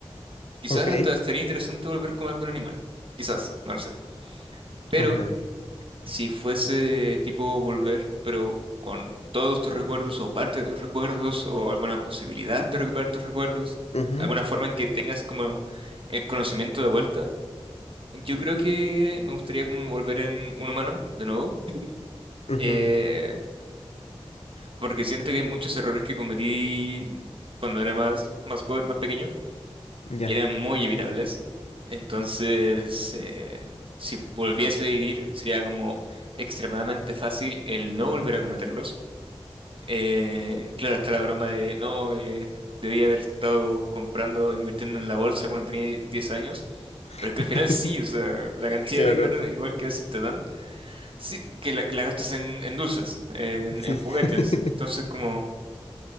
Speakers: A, on the right; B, on the left.
A: quizás
B: Ok.
A: hasta estaría interesante volver como algún animal. Quizás, no lo sé. Pero
B: Ajá.
A: si fuese tipo volver, pero con todos tus recuerdos o parte de los recuerdos o alguna posibilidad de recuperar tus recuerdos,
B: ujú,
A: alguna forma en que tengas como el conocimiento de vuelta, yo creo que me gustaría como volver en un humano de nuevo,
B: ujú,
A: eh, porque siento que hay muchos errores que cometí cuando era más, más joven, más pequeño,
B: Ya.
A: que eran muy evitables. Entonces, eh, si volviese a vivir, sería como extremadamente fácil el no volver a cometerlos. Eh, claro, está la broma de, no, eh, debía haber estado comprando, invirtiendo en la bolsa cuando tenía 10 años.
B: <laughs>
A: Pero es que al final sí, o sea, la cantidad
B: Claro,
A: de dinero igual que a veces te dan, sí, que la, la gastas en, en dulces, en,
B: sí.
A: en juguetes.
B: <laughs>
A: Entonces, como